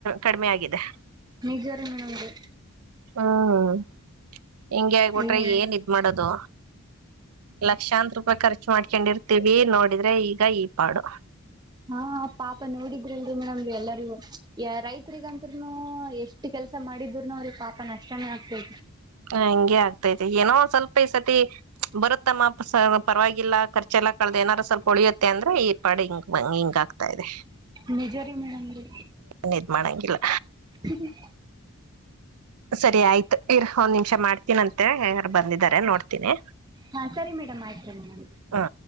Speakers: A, on the right; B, on the right.
A: ಕಡಿಮೆ ಆಗಿದೆ
B: ನಿಜವರ ಮೇದು
A: ಹ್ಮ ಹಿಂಗಗೆ ಆಗ್ಬಿಟ್ರೆ
B: ಏ
A: ಏನ್ ಇದ್ ಮಾಡೋದು ಲಕ್ಷಾಂತ ರೂಪಾಯಿ ಖರ್ಚು ಮಾಡ್ಕೊಂಡಿರ್ತ ವಿ ನೋಡಿದ್ರೆ ಈಗ ಈ ಪಾಡು
B: ಹಾ ಪಾಪ ನೋಡಿದ್ರಿಲ್ರಿ ಮೇಡಮ್ ಎಲ್ಲರಿಗೂ ರೈತ್ರಿಗಂತ ನು ಎಷ್ಟು ಕೆಲ್ಸ ಮಾಡಿದ್ರರುನು ಅವ್ರಿಗೆ ಪಾಪ ನಷ್ಟನೇ ಆಗ್ತೇ
A: ಹ ಹಂಗೆ ಆಗ್ತೈತೆ ಏನೋ ಒಂದ್ ಸ್ವಲ್ಪ ಈ ಸತಿ ಬರುತ್ತಮ್ಮ ಪರವಾಗಿಲ್ಲ ಖರ್ಚೆಲ್ಲ ಕಳ್ದ ಏನಾರೂ ಸ್ವಲ್ಪ ಹೊಳಿಯುತ್ತೆ ಅಂದ್ರೆ ಈ ಪಾ ಹಿಂಗ ಹಿಂಗ ಆಗ್ತ ಆರ್ತಾ ಇದೆ
B: ನಿಜರಿೀ ಮೇಡಮೀ
A: ನಿರ್ಮಂಗಿಲ್ಲ
B: ಹ್ಮ
A: ಸರಿ ಆಯ್ತು ಇರ್ ಒಂದ್ ನಿಮಿಷ ಮಾಡ್ತೀನಂತೆ ಯಾರು ಬಂದಿದಿದ್ದಾರೆ ನೋಡ್ತೀನಿ
B: ಹಾ ಸರಿ ಮೇಡಮ್ ಆಯ್ತುೇ
A: ಹಾ